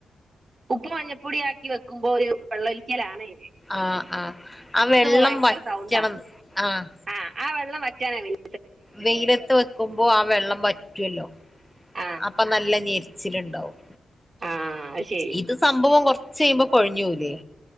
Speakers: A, on the right; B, in the centre.
A: ഉപ്പും മഞ്ഞപ്പൊടിയും ആക്കി വെക്കുമ്പോ ഒര് വെള്ള ഒലിക്കലാണത്
B: ആഹ് ആഹ് ആ വെള്ളം
A: ഭയങ്കര
B: വറ്റണംന്ന്
A: സൗണ്ടാ
B: ആഹ്
A: ആ ആ <unintelligible>
B: വെയിലത്ത് വെക്കുമ്പോ ആ വെള്ളം വറ്റ് <unintelligible>
A: ആ
B: അപ്പൊ നല്ല നീര് ച്ചില്ണ്ടാവും.
A: ആ അത് ശരി
B: ഇത് സംഭവം കൊറച്ച് ചെയ്യുമ്പോ കൊഴഞ്ഞോവൂലേ?